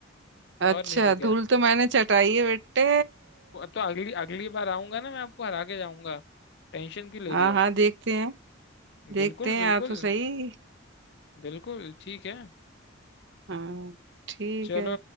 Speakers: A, on the right; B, on the left.
A: अच्छा
B: और नहीं तो क्या
A: धूल तो मैंने चटाई है बेटे
B: तो अगली अगली बार आऊंगा ना मैं आपको हरा के जाऊंगा टेंशन क्यों ले
A: हाँ
B: रही हो
A: हाँ देखते हैं देखते
B: बिल्कुल
A: हैं
B: बिल्कुल
A: आ तो सही
B: बिल्कुल ठीक है
A: हाँ ठीक
B: चलो
A: है